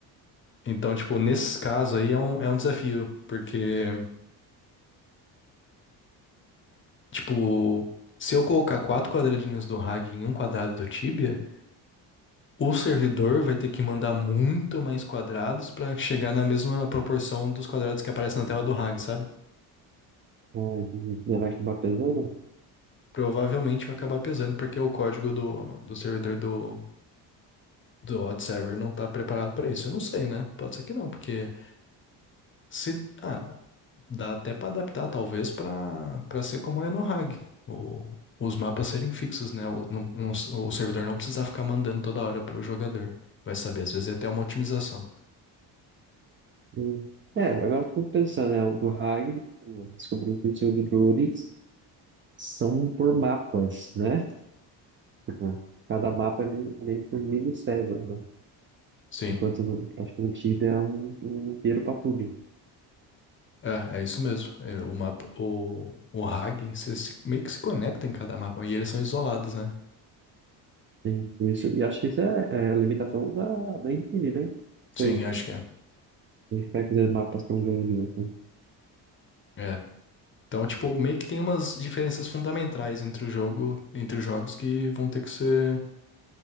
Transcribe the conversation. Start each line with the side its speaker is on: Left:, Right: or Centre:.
Left: Então, tipo, nesses casos aí é um, é um desafio, porque, tipo, se eu colocar quatro quadradinhos do Rag em um quadrado do Tibia, o servidor vai ter que mandar muito mais quadrados pra chegar na mesma proporção dos quadrados que aparecem na tela do Rag, sabe?
Right: Ai, levar que vai acabar pesando.
Left: Provavelmente vai acabar pesando, porque é o código do, do servidor do do hot server não tá preparado pra isso. Eu não sei, né? Pode ser que não, porque se ah, dá até pra adaptar talvez pra para ser como é no RAG, o- os mapas serem fixos, né? O, não- não- o servidor não precisar ficar mandando toda hora pro jogador. Vai saber, às vezes é até uma otimização.
Right: Hum. É, agora eu tô pensando, né, o do Hag, tipo, descobri que tinha o do Doric, são por mapas, né? Tipo, cada mapa é meio meio que um mini-cérebro, né?
Left: Sim.
Right: Enquanto no, acho que no Tibia é um, um inteiro para tudo.
Left: É, é isso mesmo. Ele- O mapa, o, o RAG, você se- meio que se conecta em cada mapa e eles são isolados, né?
Right: Tem isso, e acho que isso é, é a limitação da, da Infinity, né?
Left: Sim,
Right: Foi,
Left: acho que é.
Right: vai fazer mapas tão grandes assim.
Left: É. Então, tipo, meio que tem umas diferenças fundamentais entre o jogo, entre os jogos que vão ter que ser